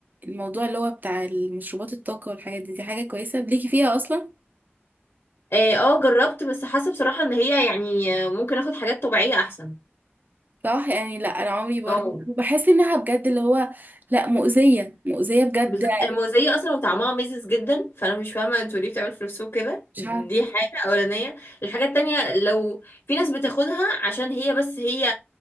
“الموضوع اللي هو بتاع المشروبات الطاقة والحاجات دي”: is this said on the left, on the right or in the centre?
Right